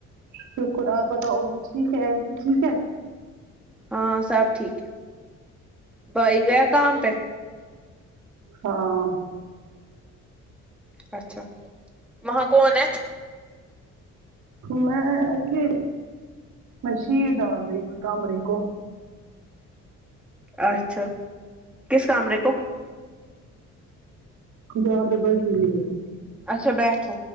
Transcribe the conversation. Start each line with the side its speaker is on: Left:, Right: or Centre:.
Right: شکر آپ بتاؤ وہ ٹھیک ہے ایفی کی ٹھیک ہے
Centre: ہاں سب ٹھیک ہے بھائی گیا کام پہ
Right: ہاں
Centre: اچھا وہاں کون ہے
Right: میں اھے مشید آ گئی تھی کمرے کو
Centre: اچھا کس کمرے کو
Right: جہاں پہ بھی رہی تھی
Centre: اچھا بیٹھو